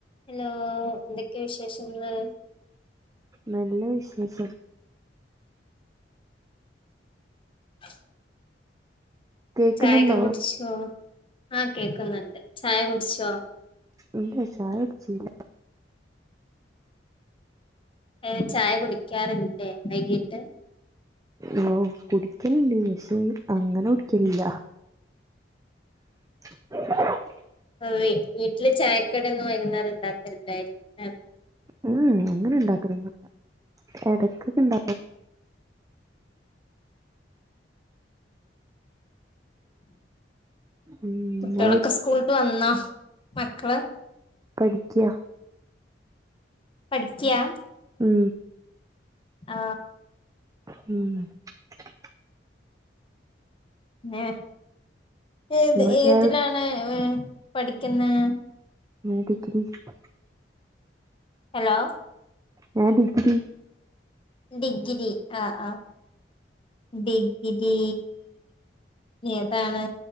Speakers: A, on the left; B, on the right.
A: Hello എന്തൊക്കെയ വിശേഷങ്ങള്?
B: നല്ല വിശേഷം.
A: <inaudible>
B: കേക്കുന്നുണ്ടോ
A: ചായൊക്കെ കുടിച്ചോ ആ കേക്കുന്നുണ്ട് ചായ കുടിച്ചോ?
B: ഇല്ലെയ്‌ ചായ കുടിച്ചീല.
A: ഏ ചായ കുടിക്ക്യാറില്ലേ വൈകിട്ട്.
B: ഓ കുടിക്ക്യാല്ണ്ട് പക്ഷേ അങ്ങനെ കുടിക്കലില്ല. <inaudible>
A: മം വി വീട്ടില് ചായക്കടിയൊന്നും വൈകുന്നേരം ഇണ്ടാക്ക <unintelligible>
B: മ്മ് അങ്ങനെ ഇണ്ടാക്കാലൊന്നുല്ലാ. എടക്കൊക്കെ ഇണ്ട ഉം
A: കുട്ടികളൊക്കെ
B: അത് കുടിച്ച്
A: സ്കൂളിട്ട് വന്നോ മക്കള്
B: പഠിക്ക്യാ.
A: പഠിക്ക്യാ.
B: മം
A: ആ
B: മം
A: ഏ ഏത്
B: ഇങ്ങള്
A: ഏതിലാണ്
B: ചായ കുടി
A: ഏ പഠിക്കുന്നേ?
B: <unintelligible>
A: ഹലോ
B: ഞാൻ ഡിഗ്രി.
A: ഡിഗ്രി ആ ആ ഡിഗ്രി ഏതാണ്